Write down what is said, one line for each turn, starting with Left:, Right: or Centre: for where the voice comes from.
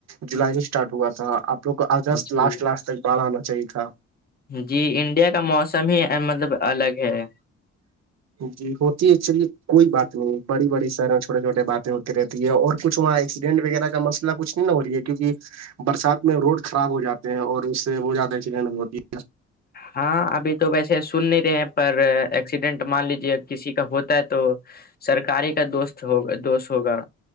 Right: جولائی نہیں اسٹارٹ ہوا تھا آپ لوگ کو اگست
Left: جی
Right: لاسٹ لاسٹ تک باڑھ آنا چاہیے تھا
Left: جی انڈیا کا موسم ہی مطلب الگ ہے
Right: جی ہوتی ہے ایکچولی کوئی بات نہیں بڑی بڑی شہر چھوٹے چھوٹے باتیں ہوتی رہتے اور کچھ وہاں ایکسیڈنٹ وغیرہ کا مسئلہ کچھ نہیں نہ ہو رہی ہے کیکہ برسات میں روڈ خراب ہو جاتے ہیں اور اس سے وہ زیادہ ایکسیڈنٹ ہوتی ہے
Left: ہاں ابھی تو ویسے سن نہیں رہے ہیں پر ایکسیڈنٹ مان لیجے کسی کا ہوتا ہے تو سرکاری کا دوست ہوگا دوست ہوگا